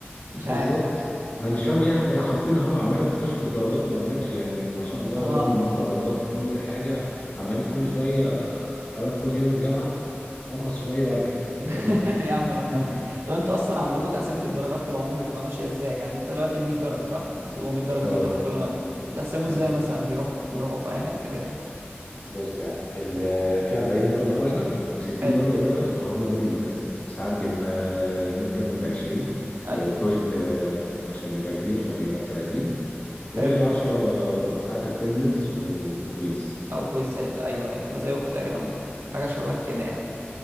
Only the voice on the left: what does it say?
بالظبط
انا مش فاهم ايه ح- حاطينها عماله بتشفط درجات ما اقولكش يعني ما شاء الله
الراجل موزع درجات في كل حاجه عمال كل شويه اروح كل يوم الجامعه انقص شويه وارجع ايه يا جدعان
<laughs>
اه
بالظبط
بص يا عم ال- في 40 درجة فاينل و60
درجة ده هم دول اللي بيتقسموا ساعات بيبقى ميد ترم ب 20 وبروجكت
آه، عشان بيبقى كبير فبيبقى 30
و10 ساعات اتندنس وكويز